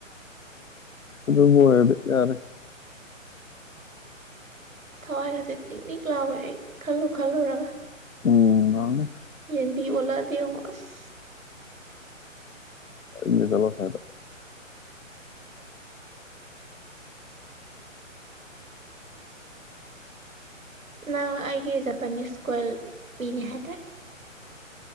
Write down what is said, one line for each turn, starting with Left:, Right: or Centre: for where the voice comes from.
Left: ꯑꯗꯨꯌꯥꯗꯤ ꯌꯥꯔꯦ
Right: ꯊꯋꯥꯏꯒꯁꯦ ꯇꯤꯛꯅꯤꯛ ꯂꯥꯎꯋꯦ ꯑꯩ ꯈꯜꯂꯨ ꯈꯜꯂꯨꯔꯒ
Left: ꯎꯝ ꯉꯥꯏꯍꯥꯛꯅꯦ
Right: ꯌꯦꯟꯕꯤ ꯑꯣꯂꯗꯤꯡꯉꯁ
Left: ꯑꯌꯨꯛꯇ ꯆꯠꯂꯣ ꯑꯁ꯭ꯋꯥꯏꯗ
Right: ꯅꯪ ꯑꯩꯒꯤ ꯖꯄꯅꯤꯁ ꯀꯣꯏꯜ ꯄꯤꯅꯦ ꯍꯥꯏꯇꯥꯔꯦ